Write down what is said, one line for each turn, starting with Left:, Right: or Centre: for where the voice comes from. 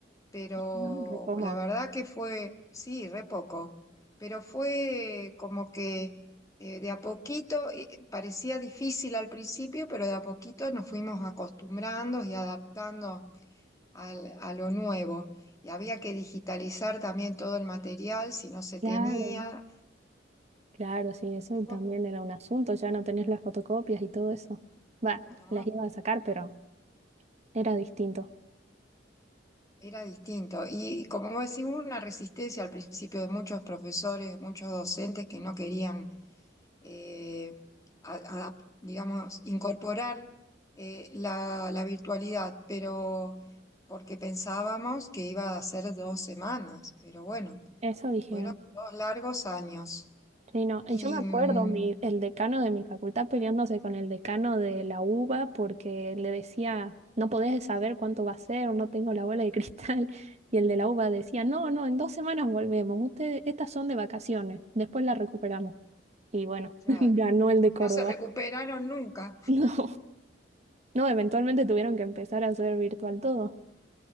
Left: pero
Right: Ah, Repomo.
Left: la verdad que fue, sí, re poco, pero fue como que eh, de a poquito, eh, parecía difícil al principio, pero de a poquito nos fuimos acostumbrando y adaptando al- a lo nuevo. Y había que digitalizar también todo el material si no se
Right: Claro.
Left: tenía.
Right: Claro, sí, eso
Left: Co-
Right: también era un asunto, ya no tenés las fotocopias y todo eso. Va,
Left: No,
Right: las iba a sacar, pero era distinto.
Left: era distinto. Y como vos decís, hubo una resistencia al principio de muchos profesores, de muchos docentes que no querían eh, a- a- digamos, incorporar eh, la, la virtualidad, pero porque pensábamos que iba a ser dos semanas, pero bueno,
Right: Eso dijeron.
Left: fueron dos largos años
Right: Sí, no,
Left: y
Right: y yo me acuerdo
Left: mm,
Right: mi, el decano de mi facultad peleándose con el decano de la UBA porque le decía, no podés saber cuánto va a ser, no tengo la bola de <laughs> cristal. Y el de la UBA decía, no, no, en dos semanas volvemos, ustedes, estas son de vacaciones, después las recuperamos. Y bueno,
Left: claro,
Right: <laughs> ganó el de Córdoba.
Left: no se recuperaron
Right: <laughs>
Left: nunca,
Right: No, no, eventualmente tuvieron que empezar a hacer virtual todo.